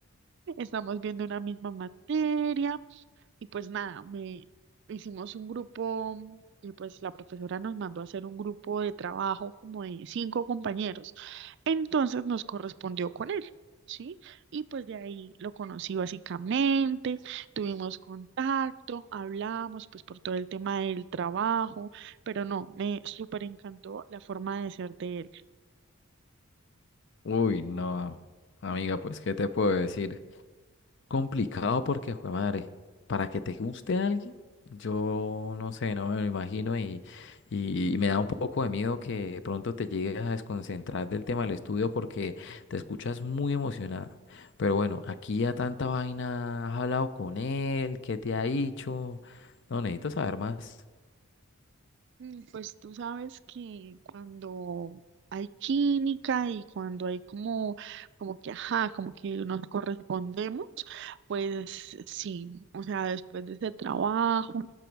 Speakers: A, on the right (about 50°); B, on the left (about 50°).
A: Estamos viendo una misma materia. Y pues nada, me hicimos un grupo y pues la profesora nos mandó a hacer un grupo de trabajo como de cinco compañeros. Entonces nos correspondió con él, ¿sí? Y pues de ahí lo conocí básicamente, tuvimos contacto, hablamos pues por todo el tema del trabajo, pero no, me súper encantó la forma de ser de él.
B: Uy, no, amiga, pues, ¿qué te puedo decir? Complicado porque, jue madre, para que te guste alguien, yo no sé, no me lo imagino y, y me da un poco de miedo que de pronto te llegues a desconcentrar del tema del estudio porque te escuchas muy emocionada. Pero bueno, aquí ya tanta vaina, has hablado con él, ¿qué te ha dicho? No, necesito saber más.
A: Mm, Pues tú sabes que cuando hay química y cuando hay como, como que, ajá, como que nos correspondemos, pues sí, o sea, después de ese trabajo.